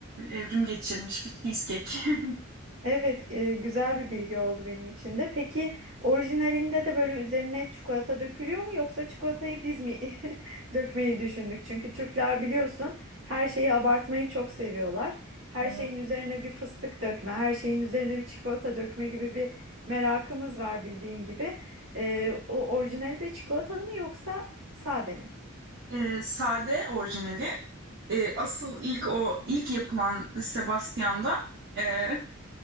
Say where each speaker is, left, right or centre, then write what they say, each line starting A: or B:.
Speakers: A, on the right (about 55°); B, on the right (about 70°).
A: evrim geçirmiş bir cheesecake. <laughs>
B: Evet, e, güzel bir bilgi oldu benim için de. Peki orijinalinde de böyle üzerine çikolata dökülüyor mu yoksa çikolatayı biz mi <laughs> dökmeyi düşündük? Çünkü Türkler biliyorsun her şeyi abartmayı çok seviyorlar. Her
A: Evet.
B: şeyin üzerine bir fıstık dökme, her şeyin üzerine bir çikolata dökme gibi bir merakımız var bildiğin gibi. E, o orijinali de çikolatalı mı yoksa sade mi?
A: Eee, sade orijinali. Eee, asıl ilk o ilk yapılan Sebastian'da, eee